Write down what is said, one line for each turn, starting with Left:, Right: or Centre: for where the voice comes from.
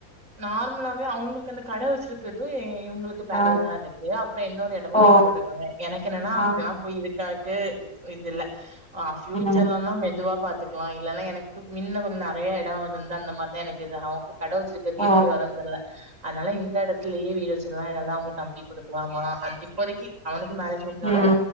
Right: நார்மலாவே அவுங்களுக்கு அந்த கடை வச்சிருக்குறது எ இவுங்களுக்கு பேர்ல
Centre: ஆ
Right: தா இருக்கு அப்றோ இன்னொரு எடமு வாங்கி
Centre: ஓ
Right: போட்டுருக்காங்க எனக்கு என்னனா
Centre: ஆ
Right: அப்டிலா போய் இருக்கா ட்டு இ இது இல்ல ஆ ஃப்யூச்சர்லனா
Centre: ம்
Right: மெதுவா பாத்து த்துக்லா இல்லனா எனக்கு மின்ன கொஞ்ச நெறையா எடோ இருந்துருந்தா அந்த மார்தா எனக்கு இதாகு கட வச்சுக்க தி
Centre: ஓ
Right: எப்டி வரன் தெர்ல அதனால இந்த எடத்துலயே வீடு வச்சுர்லா இல்லனா அவ்ங்க தம்பிக்கு குடுக்லாமா அன் இப்போதைக்கு அவனுக் மேரேஜ் முடிஞ்சாலு
Centre: ம்